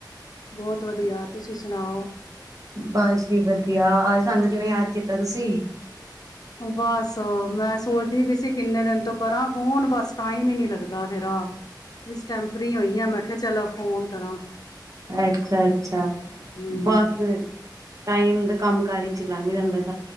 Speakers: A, on the left; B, on the right.
A: ਬਹੁਤ ਵਧੀਆ, ਤੁਸੀਂ ਸੁਣਾਓ
B: ਬਸ ਜੀ ਵਧੀਆ। ਸਾਨੂੰ ਕਿਵੇਂ ਯਾਦ ਕੀਤਾ ਤੁਸੀਂ?
A: ਬਸ, ਮੈਂ ਸੋਚਦੀ ਪਈ ਸੀ ਅਸੀਂ ਕਿੰਨੇ ਦਿਨ ਤੋਂ ਕਰਾਂ ਫੋਨ ਬਸ, ਟਾਈਮ ਹੀ ਨੀ ਲੱਗਦਾ ਮੇਰਾ। ਇਸ ਟਾਈਮ ਫਰੀ ਹੋਈ ਹਾਂ, ਮੈਂ ਕਿਹਾ ਚਲੋ ਫ਼ੋਨ ਕਰਾਂ।
B: ਅੱਛਾ- ਅੱਛਾ,
A: ਹੂੰ
B: ਬਸ ਟਾਈਮ ਦਾ ਕੰਮ ਕਾਰ ਲੰਘ ਜਾਂਦਾ ਸੀ